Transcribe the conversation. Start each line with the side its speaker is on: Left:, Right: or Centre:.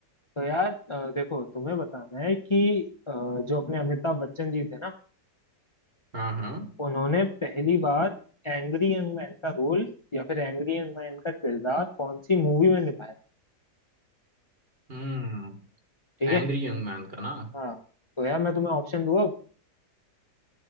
Left: तो यार अ, देखो तुम्हें बताना है कि अ, जो अपने अमिताभ बच्चन जी थे ना
Right: हाँ हाँ
Left: उन्होंने पहली बार एंग्री यंग मैन का रोल या फिर एंग्री यंग मैन का किरदार कौन सी मूवी में निभाया
Right: हम्म
Left: ठीक है
Right: एंग्री यंग मैन का ना
Left: हाँ तो यार मैं तुम्हें ऑप्शन दूँ अब